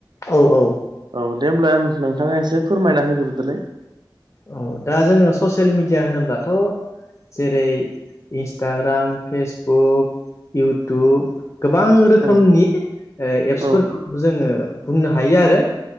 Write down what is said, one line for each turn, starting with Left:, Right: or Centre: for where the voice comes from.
Left: औ औ
Right: औ दे होमब्ला नोंथांङा एसे फोरमायना होग्रोदोलाय।
Left: औ दा जोंङो ससियेल मिडिया होनोब्लाथ' जेरै इन्सटाग्राम, फेसबुक, इउटुब गोबां रोखोमनि
Right: औ
Left: एप्सफोरखौ
Right: औ
Left: खौ जोंङो बुंनो हायो आरो